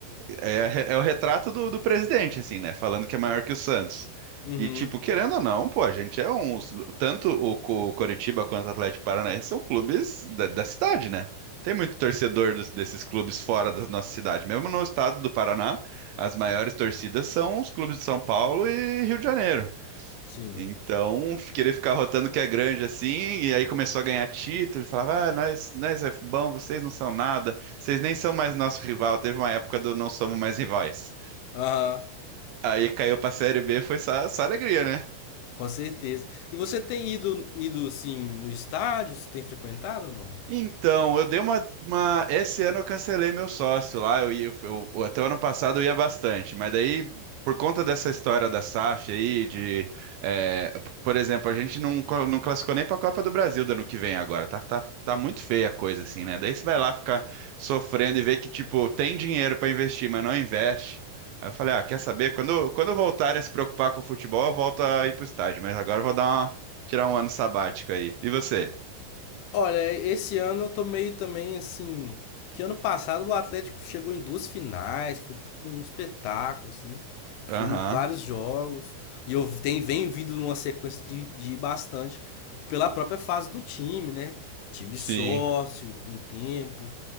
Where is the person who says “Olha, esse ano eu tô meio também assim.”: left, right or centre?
Left